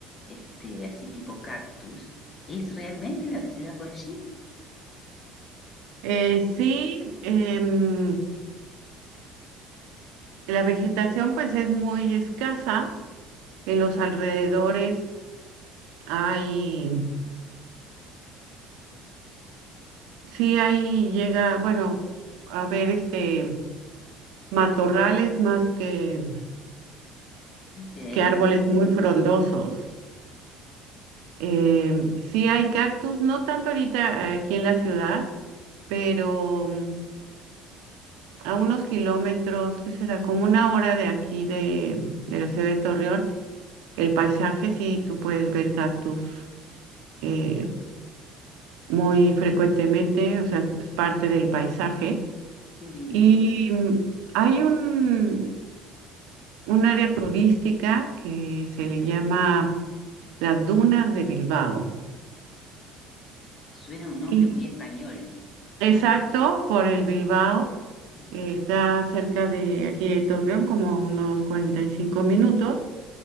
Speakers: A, on the left; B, on the right.
A: este, así tipo cactus, es realmente la que se da por allí.
B: Eh, sí, em, la vegetación pues es muy escasa. En los alrededores hay, sí hay, llega, bueno, a ver, este, matorrales más que,
A: Ok, qué
B: que árboles muy frondosos. Em, sí hay cactus, no tanto ahorita eh, aquí en la ciudad, pero... a unos kilómetros, ¿qué será? Como una hora de aquí de, de la ciudad de Torreón. El paisaje, sí, tú puedes ver cactus eh, muy frecuentemente, o sea, es parte del paisaje.
A: lindo.
B: Y mm, hay un, un área turística que se le llama las dunas de Bilbao.
A: Suena un nombre
B: Y
A: muy español.
B: exacto,
A: ¿eh?
B: por el Bilbao,
A: Mm,
B: eh, está cerca de aquí de Torreón, como a unos 45 minutos.